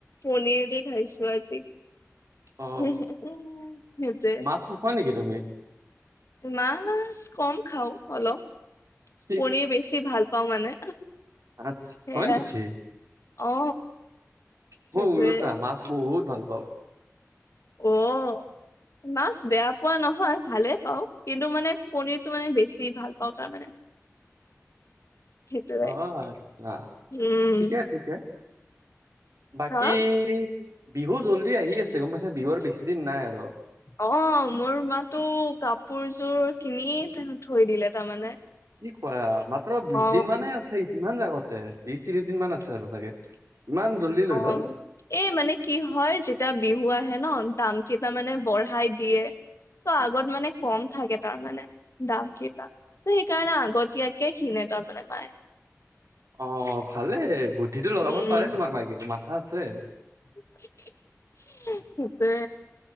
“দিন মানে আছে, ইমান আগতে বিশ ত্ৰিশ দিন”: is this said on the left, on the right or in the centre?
Right